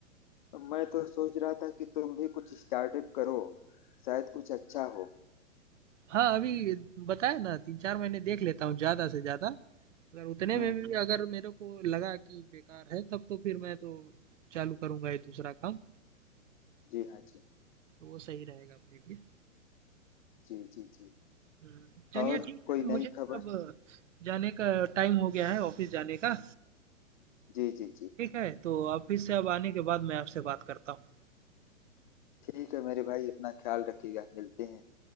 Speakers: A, on the left; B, on the right.
A: हाँ मैं तो सोच रहा था कि तुम भी कुछ स्टार्टअप करो शायद कुछ अच्छा हो
B: हाँ, अभी बताया ना 3-4 महीने देख लेता हूँ ज़्यादा से ज़्यादा, अगर उतने
A: हम्म
B: में
A: हम्म
B: भी अगर मेरे को लगा कि बेकार है तब तो फिर मैं तो चालू करूँगा ये दूसरा काम,
A: जी हाँ जी
B: तो वो सही रहेगा अपने लिए।
A: जी जी जी
B: हुँ, चलिए
A: और
B: ठीक
A: कोई
B: है, मुझे
A: नई
B: ना
A: खबर
B: अब जाने का टाइम हो गया है ऑफ़िस जाने का,
A: जी जी जी
B: ठीक है? तो ऑफ़िस से अब आने के बाद मैं आपसे बात करता हूँ।
A: ठीक है मेरे भाई अपना ख्याल रखिएगा मिलते हैं